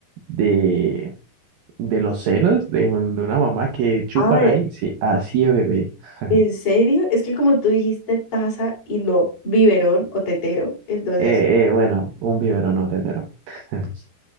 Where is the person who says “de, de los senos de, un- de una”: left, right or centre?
Right